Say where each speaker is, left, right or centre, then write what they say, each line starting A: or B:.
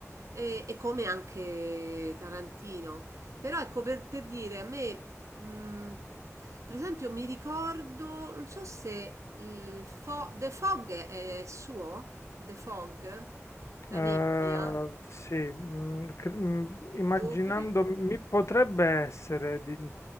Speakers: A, on the right; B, on the left.
A: E, e come anche Tarantino. Però ecco, per, per dire, a me, mh, per esempio, mi ricordo, non so se il Fo- The Fog è suo, The Fog, la
B: Eh,
A: nebbia,
B: sì, mm, cre- mm, immaginando,
A: dovrei...
B: mi potrebbe essere, di-